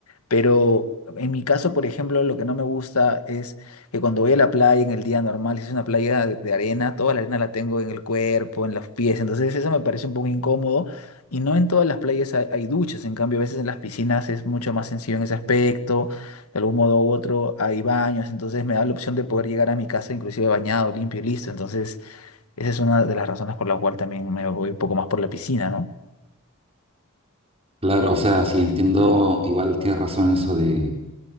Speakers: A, on the left; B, on the right.
A: Pero en mi caso, por ejemplo, lo que no me gusta es que cuando voy a la playa en el día normal, si es una playa de de arena, toda la arena la tengo en el cuerpo, en los pies, entonces eso me parece un poco incómodo. Y no en todas las playas hay, hay duchas, en cambio a veces en las piscinas es mucho más sencillo en ese aspecto, de algún modo u otro hay baños, entonces me da la opción de poder llegar a mi casa inclusive bañado, limpio y listo. Entonces esa es una de las razones por la cual también me voy un poco más por la piscina, ¿no?
B: Claro, o sea, sí entiendo, igual tienes razón en eso de,